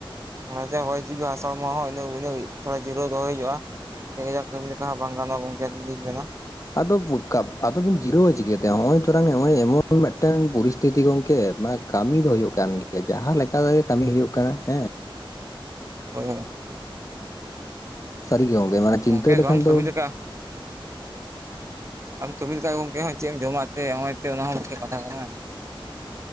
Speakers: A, on the right; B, on the left.
A: ᱢᱟᱱᱮ ᱦᱚᱭ ᱡᱤᱣᱤ ᱦᱟᱥᱟ ᱦᱚᱲᱢᱚ ᱦᱚᱸ <inaudible> ᱛᱷᱚᱲᱟ ᱡᱤᱨᱟᱹᱣ ᱫᱚᱦᱚᱭ ᱦᱩᱭᱩᱜᱼᱟ <inaudible> ᱠᱟᱹᱢᱤ ᱞᱮᱠᱟ ᱦᱚᱸ ᱵᱟᱝ ᱜᱟᱱᱚᱜ ᱜᱚᱝᱠᱮ ᱟᱞᱤᱧ ᱞᱤᱧ ᱢᱮᱱᱟ
B: ᱟᱫᱚ <unintelligible> ᱵᱤᱱ ᱡᱤᱨᱟᱹᱣᱟ ᱪᱤᱠᱟᱹᱛᱮ ᱱᱟᱜ-ᱚᱭ ᱛᱚᱨᱟᱝ ᱱᱚᱜᱼᱚᱭ ᱮᱢᱚᱱ ᱢᱤᱫᱴᱮᱱ ᱯᱚᱨᱤᱥᱛᱷᱤᱛᱤ ᱜᱚᱝᱠᱮ ᱢᱟ ᱠᱟᱹᱢᱤ ᱫᱚ ᱦᱩᱭᱩᱜ ᱠᱟᱱ ᱜᱮᱭᱟ᱾ ᱡᱟᱦᱟᱸ ᱞᱮᱠᱟ ᱛᱮᱜᱮ ᱠᱟᱹᱢᱤ ᱦᱩᱭᱩᱜ ᱠᱟᱱᱟ ᱦᱮᱸ
A: ᱦᱳᱭ
B: ᱥᱟᱹᱨᱤ ᱜᱮ ᱜᱚᱢᱠᱮ ᱢᱟᱱᱮ ᱪᱤᱱᱛᱟᱹ
A: ᱜᱚᱝᱠᱮ
B: ᱞᱮᱠᱷᱟᱱ
A: ᱵᱟᱢ
B: ᱫᱚ
A: ᱠᱟᱹᱢᱤ ᱞᱮᱠᱟ ᱟᱢ ᱠᱟᱹᱢᱤ ᱞᱮᱠᱷᱟᱡ ᱜᱚᱢᱠᱮ ᱦᱚᱸ ᱪᱮᱫ ᱮᱢ ᱡᱚᱢᱟ ᱛᱮ ᱱᱚᱜᱼᱚᱭ ᱚᱱᱟ ᱦᱚᱸ ᱢᱤᱫᱴᱮᱱ ᱠᱟᱛᱷᱟ ᱠᱟᱱᱟ᱾